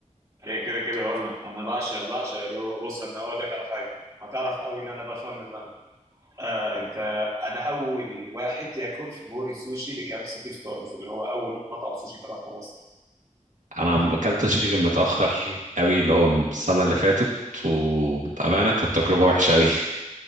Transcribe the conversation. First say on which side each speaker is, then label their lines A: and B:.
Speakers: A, on the right (about 25°); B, on the right (about 75°).
A: هي كده كده وانا انا بعشق بعشق الرو بص انا هقول لك على حاجه هتعرف قوي ان انا بفهم منها آه انت انا اول واحد ياكل في موري سوشي اللي كان في سيتي ستارز اللي هو اول مطعم سوشي فتح في مصر
B: انا ما اكلتش فيه غير متاخر قوي اللي هو من السنه اللي فاتت وبامانه كانت تجربه وحشه قوي <laughs>